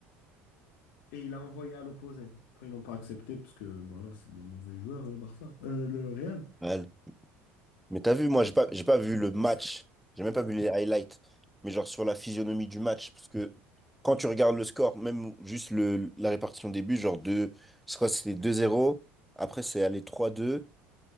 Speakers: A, on the left; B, in the centre.
A: et il a envoyé à l'opposé. Après, ils n'ont pas accepté parce que, voilà, c'est des mauvais joueurs, le Barça, Euh, le Real.
B: Mal. Mais t'as vu, moi, j'ai pas, j'ai pas vu le match. J'ai même pas vu les highlights. Mais genre sur la physionomie du match. Parce que quand tu regardes le score, même juste le, la répartition des buts, genre deux, je crois que c'était 2-0. Après, c'est allé trois deux